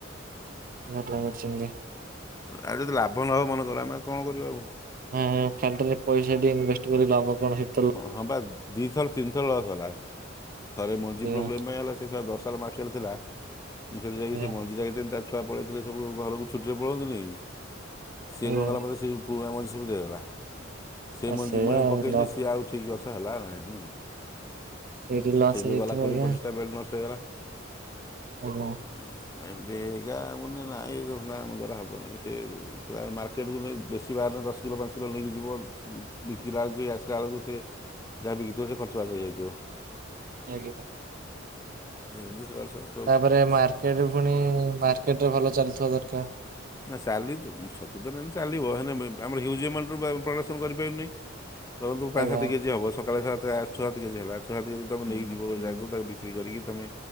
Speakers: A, on the right (about 45°); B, on the left (about 15°).
A: <unintelligible> ଇଏ
B: ଆଉ ଯଦି ଲାଭ ନହବ ମନେକର ଆମେ ଆଉ କଣ କରିବା ଆଉ।
A: ହଁ ଖାଲଟାରେ ପଇସା ଟି ଇନଭେଷ୍ଟ କରି ଲାଭ କଣ ସେ
B: ହଁ, ହଁ ବା ଦି ଥର ତିନି ଥର ଲସ୍ ହେଲା। ଥରେ ମଞ୍ଜି
A: ଆଜ୍ଞା
B: ପ୍ରୋବ୍ଲେମ୍ ପାଇଁ ହେଲା। ସିଏ ସା ଦଶ <unintelligible> ଥିଲା ମୁଁ ସେଠି ଯାଇକି
A: ଆଜ୍ଞା।
B: ସେ ମଞ୍ଜି <unintelligible> ତା ଛୁଆ ପଳେଇଥିଲେ ସବୁ ଘରକୁ ଛୁଟିରେ ପଳନ୍ତିନିକି। ସିଏ
A: ଆଜ୍ଞା
B: କଣ କଲା ମୋତେ ସେଇ ପୁରୁଣା ମଞ୍ଜି ସବୁ ଦେଇଦେଲା। ସେ
A: ଆଉ
B: ମଞ୍ଜି
A: ସେଇଆ
B: ମୁଁ ଆଣି
A: ଆଉ
B: ପକେଇଲି
A: ଲସ୍
B: ଯେ ସିଏ ଆଉ ଠିକ୍ ଗଛ ହେଲା ନାହିଁ।
A: ସେଇଠି ଲସ୍
B: ସେ ଯୋଉ
A: ହେଇଯାଇଥିବ
B: ଗଲା କୋଡିଏ
A: ଆଜ୍ଞା
B: ପଚିଶ ଟା ବେଲ ନଷ୍ଟ ହେଇଗଲା।
A: ଓହୋ!
B: ଅ, ଏମିତି ହେଇ ହେଇକା ମୁଁ କଇନି ନାଇଁ ସେ ଧନ୍ଦା ଆମ ଦ୍ଵାରା ହେବନି। ସେ ପ୍ରାୟ ମାର୍କେଟକୁ ନେଇ ବେଶୀ ବାହାରିଲେ ଦଶ କିଲୋ ପାଞ୍ଚ କିଲୋ ନେଇକି ଯିବ ବିକିଲାେ କେ ଆସ ବଳେ ଯହା ବି ଖର୍ଚ୍ଚ।
A: ଆଜ୍ଞା।
B: ଏଁମିତି ସବାଲ ସବ୍
A: ତାପରେ ମାର୍କେଟ୍ ପୁଣି ମାର୍କେଟ୍ ରେ ଭଲ ଚାଲିଥିବା ଦରକାର।
B: ନା ଚାଲି ତୁ ଛତୁ ତର ଚାଲିବ ହେଲେ ଆମର ହ୍ୟୁଜ୍ ଆମାଉଣ୍ଟରୁ ପ୍ରଡ଼କ୍ସନ୍ କରିପାରିବନିଁ। ଧରନ୍ତୁ ପାଞ୍ଚ
A: ଆଜ୍ଞା।
B: ସାତ କେଜି ହେବ ସକାଳେ ସାତ ଆଠ୍ ଛୁସାତ କେଜି ହେଲା ଛସାତ କେଜି ତମେ ନେଇକି ଯିବ ଯାଗାକୁ ବିକ୍ରି କରିକି ତମେ